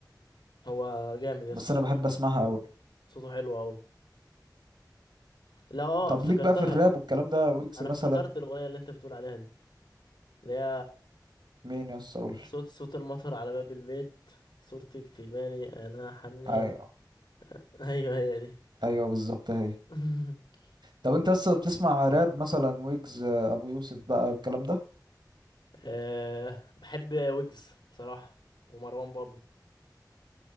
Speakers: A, on the left; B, on the right.
A: هو جامد يا اسطى
B: بس
A: صوته
B: انا بحب
A: ح-
B: اسمعها اوي
A: صوته حلو أوي لا أه
B: طب
A: افتكرتها
B: ليك بقى في الراب والكلام ده ويكس
A: أنا
B: مثلا
A: افتكرت الأغنية اللي أنت بتقول عليها دي اللي هي
B: مين يا اسطى اقول
A: صوت صوت المطر على باب البيت صورتك في بالي أنا حنيت
B: ايوه
A: <laughs> أيوه هي دي
B: ايوه بالظبط اهي
A: <laughs>
B: طب انت لسه بتسمع راب مثلا ويجز آه، ابو يوسف بقى الكلام ده
A: أه بحب ويجز صراحة ومروان بابلو